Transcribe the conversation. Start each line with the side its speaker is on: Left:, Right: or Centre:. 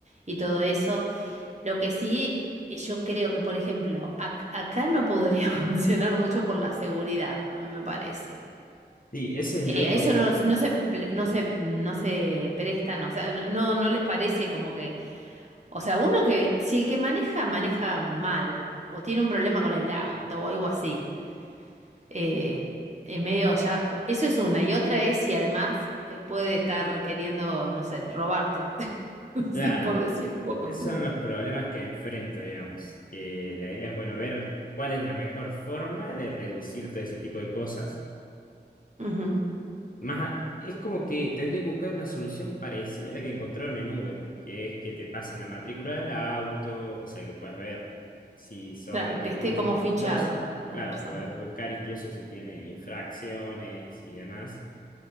Right: y todo eso. Lo que sí, yo creo que, por ejemplo, ac- acá no podría <laughs> funcionar mucho por la seguridad, a mí me parece.
Left: Sí, ese es
Right: Eh,
Left: el único.
Right: a eso no, no se, ple- no se, no se prestan, o sea, no, no no les parece como que... O sea, uno que si el que maneja maneja mal o tiene un problema con el auto o algo así, eh, en medio ya, eso es una. Y otra es si además eh, puede estar queriendo, no sé, robarte. <laughs>
Left: Claro,
Right: Sí, por decir poco.
Left: esos son los problemas que enfrento, digamos, que la idea es, bueno, ver cuál es la mejor forma de reducir todo ese tipo de cosas.
Right: Ujú.
Left: Más, a- es como que tendría que buscar una solución parecida a la que encontraron en Uber, que es que te pasen la matrícula del auto, o sea que puedes ver si sos
Right: Claro,
Left: alguien
Right: que esté
Left: muy meticuloso.
Right: como fichado la
Left: Claro,
Right: persona.
Left: puedes buscar incluso si tiene infracciones y demás.